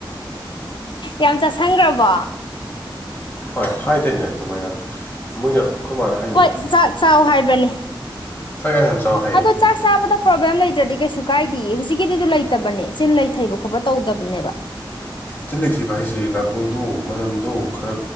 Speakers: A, on the left; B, on the left.
A: ꯌꯥꯝ ꯆꯥꯁꯤꯟꯈ꯭ꯔꯕꯣ
B: ꯍꯣꯏ ꯍꯥꯏꯗꯣꯏꯅꯦ ꯑꯗꯨꯃꯥꯏꯅ ꯃꯣꯏꯅ ꯑꯩꯈꯔꯃꯅ ꯍꯥꯏꯅꯤ
A: ꯍꯣꯏ ꯆꯥꯛ ꯆꯥꯎ ꯍꯥꯏꯕꯅꯤ
B: ꯊꯣꯏ ꯌꯥꯝ ꯆ ꯆꯥꯎꯋꯦ
A: ꯑꯗꯣ ꯆꯥꯛ ꯆꯥꯕꯗ ꯄ꯭ꯔꯣꯕ꯭ꯂꯦꯝ ꯂꯩꯇ꯭ꯔꯗꯤ ꯀꯩꯁꯨ ꯀꯥꯏꯗꯤꯌꯦ ꯍꯧꯖꯤꯛꯀꯤꯗꯨꯁꯨ ꯂꯩꯇꯕꯅꯦ ꯆꯤꯟ ꯂꯩ ꯊꯩꯕ ꯈꯣꯠꯄ ꯇꯧꯗꯕꯅꯦꯕ
B: ꯆꯤꯜ ꯂꯩ ꯊꯩꯕ ꯍꯥꯏꯁꯤ ꯅꯥꯇꯣꯟꯗꯣ ꯃꯅꯝꯗꯣ ꯈꯔ